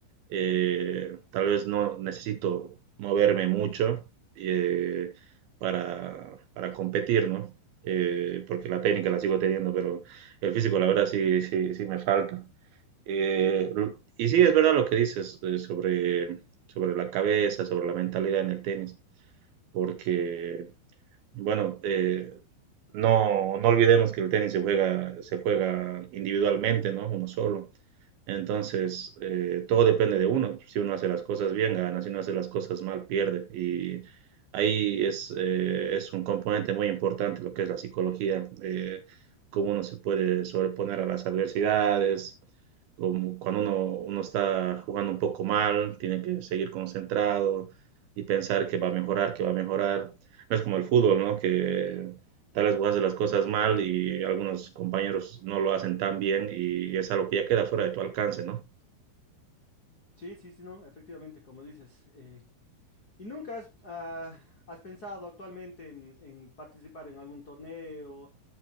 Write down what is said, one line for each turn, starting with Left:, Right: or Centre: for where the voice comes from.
Right: Eh, tal vez no necesito moverme mucho eh, para, para competir, ¿no? Eh, porque la técnica la sigo teniendo, pero el físico, la verdad, sí, sí, sí me falta. Eh, y sí, es verdad lo que dices eh, sobre, sobre la cabeza, sobre la mentalidad en el tenis, porque, bueno, eh, no, no olvidemos que el tenis se juega, se juega individualmente, ¿no? Uno solo. Entonces, eh, todo depende de uno. Si uno hace las cosas bien, gana. Si uno hace las cosas mal, pierde. Y ahí es, eh, es un componente muy importante lo que es la psicología, eh, cómo uno se puede sobreponer a las adversidades, como cuando uno, uno está jugando un poco mal, tiene que seguir concentrado y pensar que va a mejorar, que va a mejorar. No es como el fútbol, ¿no? Que tal vez vos haces las cosas mal y algunos compañeros no lo hacen tan bien y es algo que ya queda fuera de tu alcance, ¿no?
Left: Sí, sí, sí, no, efectivamente, como dices. eh, ¿y nunca has, ah, has pensado actualmente en en participar en algún torneo?